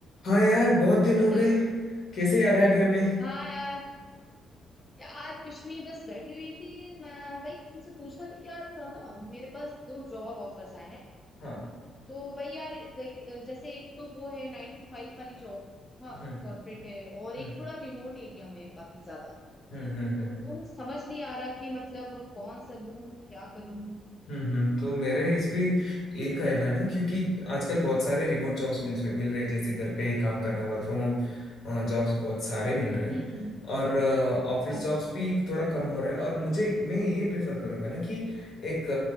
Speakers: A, on the left (about 60°); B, on the left (about 20°).
A: हाँ यार बहुत दिन हो गए
B: Hello
A: कैसे याद आ गया हमें
B: हाँ यार यार कुछ नहीं बस बैठी हुई थी मैं वही तुमसे पूछना था कि यार ना मेरे पास दो जॉब ऑफर्स आए हैं
A: हाँ
B: तो वही यार देख- जैसे एक तो वो है नाइन टू फाइव वाली जॉब हाँ
A: हम्म
B: कॉर्पोरेट है और एक
A: हम्म
B: थोड़ा रिमोट एरिया में है काफी ज्यादा
A: हम्म हम्म
B: तो
A: हम्म।
B: वो मुझे समझ नहीं आ रहा कि मतलब कौन सा लूँ क्या करूँ
A: हम्म हम्म, तो मेरे इस पे एक ख्याल है ना क्योंकि आजकल बहुत सारे रिमोट जॉब्स मिल रहे मिल रहे हैं जैसे घर पे ही काम करना वर्क फ्रॉम होम जॉब्स बहुत सारे मिल रहे हैं
B: हम्म हम्म
A: और ऑफिस
B: हाँ
A: जॉब्स
B: हाँ
A: भी थोड़ा कम हो रहा है और मुझे मैं ये प्रेफर करूंगा ना कि एक